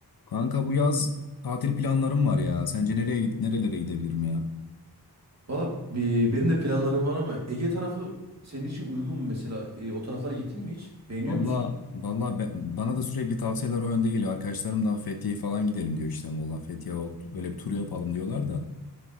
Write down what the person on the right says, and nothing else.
Valla e, benim de planlarım var ama Ege tarafı senin için uygun mu mesela? E, o taraflara gittin mi hiç? Beğeniyor
musun?